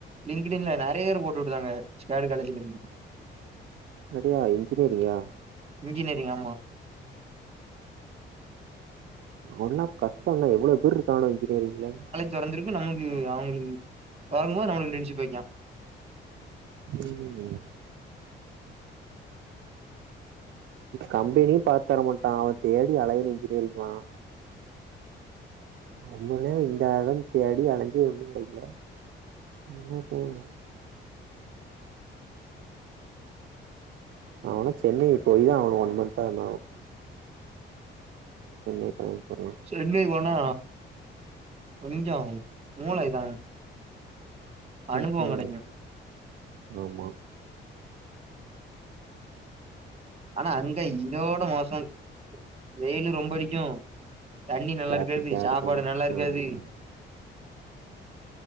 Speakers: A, on the right; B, on the right.
A: லிங்கிடின்ல நெறைய பேர் போட்டு விடுத்தாங்க வேற காலேஜில இருந்து
B: தடியா இன்ஜினியரிங்கா
A: இன்ஜினியரிங் ஆமா
B: ஒண்ணா கஷ்டல்ல எவ்ளவு பேர் இருக்காங்கல்லா இன்ஜினியரிங்ல
A: தெறந்திருக்கு நம்மளுக்கு அவங்களுக்கு தொடங்கும்போ நம்மளுக்கு இன்டென்சிப் வெக்கே
B: ம் கம்பெனியு பாத்துர மாட்டா அவ தேடி அலையனு இன்ஜினியரிங்லா நம்மளே இந்தாளவு தேடி அலைஞ்சு ஒண்ணு கெடைக்கல <unintelligible> போங்க அவனு சென்னை போய தா ஆகணு ஒன்மன்த்தா இருந்தாலு சென்னை கெளம்பி போறேன்
A: சென்னை போனா கொஞ்சோ மூளை தா அனுபவம்
B: ம் ம்
A: கெடைக்கு
B: ஆமா
A: ஆனா அங்க இதோட மோசோ வெயிலு ரொம்ப அடிக்கு தண்ணி நல்லா
B: டிராஃபிக்கா
A: இருக்காது சாப்பாடு
B: இருக்கு
A: நல்லா இருக்காது
B: ஆமா